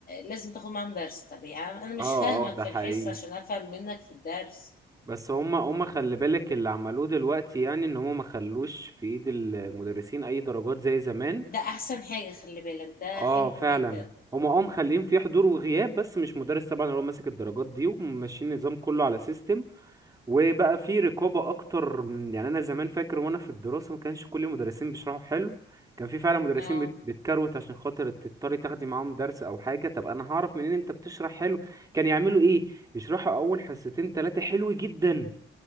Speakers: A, on the left (about 45°); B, on the right (about 15°).
A: لازم تاخد معاهم درس طب يا عم أنا مش
B: اه
A: فاهمك
B: اه ده
A: في
B: حقيقي
A: الحصة عشان أفهم منك في الدرس
B: بس هما هما خلي بالك اللي عملوه دلوقتي يعني ان هما ما خلوش في ايد المدرسين اي درجات زي زمان
A: ده احسن حاجة خلي بالك ده
B: اه
A: حلو
B: فعلا
A: جدا
B: هما اه مخليين فيه حضور وغياب بس مش مدرس طبعا هو ماسك الدرجات دي وماشيين النظام كله على سيستم وبقى في رقابة أكتر من يعني أنا زمان فاكر وأنا في الدراسة ما كانش كل المدرسين بيشرحوا حلو كان في فعلا مدرسين
A: اه
B: بت- بتكروت عشان خاطر تضطري تاخدي معاهم درس أو حاجة طب أنا هعرف منين أنت بتشرح حلو كان يعملوا إيه يشرحوا أول حصتين تلاتة حلو جدا